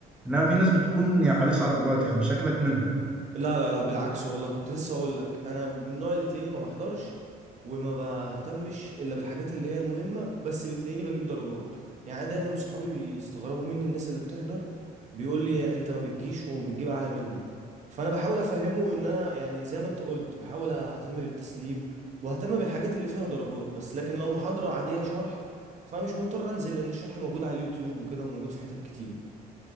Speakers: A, in the centre; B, on the right (about 45°).
A: انما في ناس بتكون يا حريصه على الدرجات يعني شكلك منهم
B: لا لا لا بالعكس والله كنت لسه اقول لك انا من النوع اللي تلاقيني ما بحضرش وما بهتمش الا بالحاجات اللي هي المهمه بس بتلاقيني بجيب درجات يعني أنا دايما صحابي بيستغربوا مني الناس اللي بتحضر بيقول لي انت ما بتجيش وبتجيب اعلى مني فانا بحاول افهمه ان انا يعني زي ما انت قلت بحاول اهتم بالتسليم واهتم بالحاجات اللي فيها درجات بس لكن لو محاضره عاديه شرح فمش مضطر انزل لان الشرح موجود على اليوتيوب وكده وموجود في حتت كتير